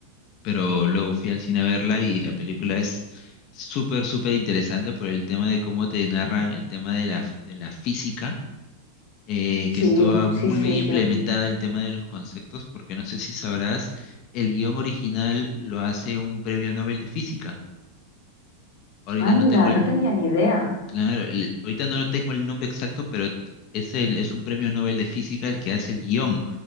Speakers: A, on the left; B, on the left.
A: pero luego fui al cine a verla y la película es súper, súper interesante por el tema de cómo te narran el tema de la, de la física eh,
B: Sí,
A: que estuvo muy
B: sí, sí,
A: bien implementada
B: sí.
A: el tema de los conceptos, porque no sé si sabrás, el guión original lo hace un premio Nobel de física. Ahorita
B: Anda,
A: no tengo
B: no
A: el,
B: tenía ni idea.
A: claro, el- ahorita no tengo el nombre exacto, pero es el, es un premio Nobel de física el que hace el guión.